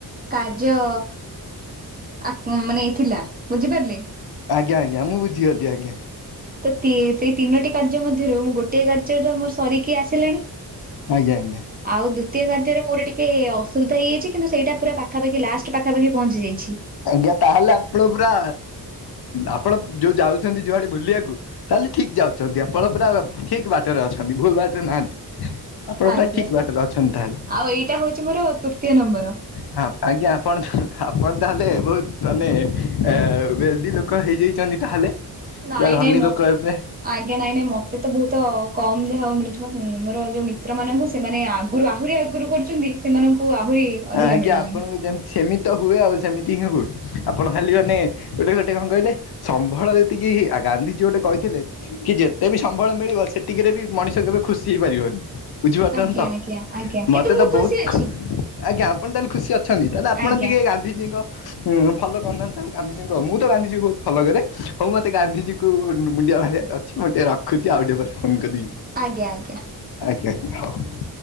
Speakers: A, on the right; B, on the left.
A: କାର୍ଯ୍ୟ ଆ ମାନେ ଥିଲା ବୁଝିପାରିଲେ।
B: ଆଜ୍ଞା ଆଜ୍ଞା ମୁଁ ବୁଝିଗଲି ଆଜ୍ଞା।
A: ତ ସେଇ ତିନୋଟି କାର୍ଯ୍ୟ ମଧ୍ୟରୁ ମୁଁ ଗୋଟିଏ କାର୍ଯ୍ୟରେ ତ ମୋର ସରିକି ଆସିଲାଣି।
B: ଆଜ୍ଞା ଆଜ୍ଞା।
A: ଆଉ ଦ୍ୱିତୀୟ କାର୍ଯ୍ୟରେ ମୋର ଟିକେ ଅସୁବିଧା ହେଇଯାଇଛି କିନ୍ତୁ ସେଇଟା ପୁରା ପାଖାପାଖି ଲାଷ୍ଟ ପାଖାପାଖି ପହଞ୍ଚି ଯାଇଛି।
B: ଆଜ୍ଞା ତାହେଲେ ଆପଣ ପୁରା ଆପଣ ଯୋଉ ଯାଉଛନ୍ତି ଯୁଆଡେ ବୁଲିବାକୁ ତାହେଲେ ଠିକ ଯାଉଛନ୍ତି ଆପଣ ପୁରା ଠିକ ବାଟରେ ଅଛନ୍ତି ଭୁଲ ବାଟରେ ନାହାନ୍ତି। ଆପଣ
A: ଆଜ୍ଞା
B: ପୁରା ଠିକ ବାଟରେ ଅଛନ୍ତି ତାହେଲେ।
A: ଆଉ ଏଇଟା ହଉଛି ମୋର ତୃତୀୟ ନମ୍ବର।
B: ହ ଆଜ୍ଞା ଆପଣତ ଆପଣ ତାହେ ହେଲେ ବହୁତ ମାନେ ଏ ବେଲଦି ଲୋକ ହେଇଯାଇଛନ୍ତି ତାହେଲେ।
A: ନାଇଁ
B: ପୁରା ଧନୀ
A: ନାଇଁ ମ
B: ଲୋକ ଏବେ
A: ଆଜ୍ଞା ନାଇଁ ନାଇଁ ମତେ ତ ବହୁତ କମ ଦେହାଉ ମିଳୁଥିବ ମୋର ଯୋଉ ମିତ୍ର ମାନଙ୍କୁ। ସେମାନେ ଆଗରୁ ଆହୁରି ଆଗରୁ କରୁଛନ୍ତି ସେମାନଙ୍କୁ ଆହୁରି
B: ହଁ
A: ଅଧିକା
B: ଆଜ୍ଞା
A: ମିଳିଲାଣି।
B: ଆପଣଙ୍କୁ ଯେମତି ସେମି ତ ହୁଏ ଆଉ ସେମିତି ହିଁ ହୁଏ ଆପଣ ଖାଲିିମାନେ ଗୋଟେ ଗୋଟେ କଣ କହିଲେ? ସମ୍ବଳ ଯେତିକି ଆ ଗାନ୍ଧିଜୀ ଗୋଟେ କହିଥିଲେ। କି ଯେତେ ବି ସମ୍ବଳ ମିଳିବ ସେତିକିରେ ବି ମଣିଷ କେବେ ଖୁସି ହେଇପାରିବନି। ବୁଝିପାରୁଛନ୍ତି
A: ଆଜ୍ଞା
B: ତ
A: ଆଜ୍ଞା ଆଜ୍ଞା କିନ୍ତୁ
B: ମତେ
A: ମୁଁ
B: ତ
A: ଖୁସି
B: ବହୁତ
A: ଅଛି
B: ଆଜ୍ଞା ଆପଣ ତାହେଲେ ଖୁସି ଅଛନ୍ତି ତାହେଲେ ଆପଣ
A: ଆଜ୍ଞା
B: ଟିକେ ଗାନ୍ଧିଜୀଙ୍କ ହୁଁ ଫଲୋ କରୁନାହାନ୍ତି ଗାନ୍ଧିଜୀଙ୍କୁ ମୁଁ ତ ଗାନ୍ଧିଜୀଙ୍କୁ ବହୁତ ଫଲୋ କରେ ହଉ ମତେ ଗାନ୍ଧିଜୀଙ୍କୁ ମୁଣ୍ଡିଆ ମାରିଆ। ଅଛି ମୁଁ ଟିକେ ରଖୁଛି ଆଉ ଟିକେ ପରେ ଫୋନ୍ କରିିବି।
A: ଆଜ୍ଞା ଆଜ୍ଞା।
B: ଆଜ୍ଞା ଆଜ୍ଞା ହଉ।